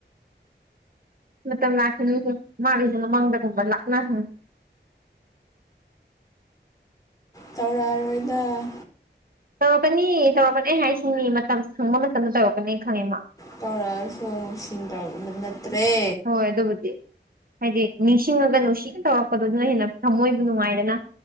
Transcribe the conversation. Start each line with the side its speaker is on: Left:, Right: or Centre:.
Right: ꯃꯇꯝ ꯂꯥꯛꯈꯤꯅꯤꯁꯦ ꯃꯥꯒꯤꯁꯨ ꯃꯃꯡꯗꯒꯨꯝꯕ ꯂꯥꯛꯅꯁꯅꯨ
Left: ꯇꯧꯔꯛꯑꯔꯣꯏꯗ
Right: ꯇꯧꯔꯛꯀꯅꯤ ꯇꯧꯔꯛꯄꯅꯤ ꯑꯩ ꯍꯥꯏꯁꯤꯅꯤ ꯃꯇꯝ ꯁꯪꯕ ꯃꯇꯝꯗ ꯇꯧꯔꯛꯀꯅꯤ ꯈꯪꯉꯦ ꯃꯥ
Left: ꯇꯧꯔꯛꯑꯁꯨ ꯅꯨꯡꯁꯤꯡꯗꯧ ꯅꯠ ꯅꯠꯇ꯭ꯔꯦ
Right: ꯍꯣꯏ ꯑꯗꯨꯕꯨꯗꯤ ꯍꯥꯏꯗꯤ ꯅꯤꯡꯁꯤꯡꯉꯒ ꯅꯨꯡꯁꯤꯅ ꯇꯧꯔꯛꯄꯗꯗꯨꯅ ꯍꯦꯟꯅ ꯊꯃꯣꯏꯕꯨ ꯅꯨꯡꯉꯥꯏꯗꯅ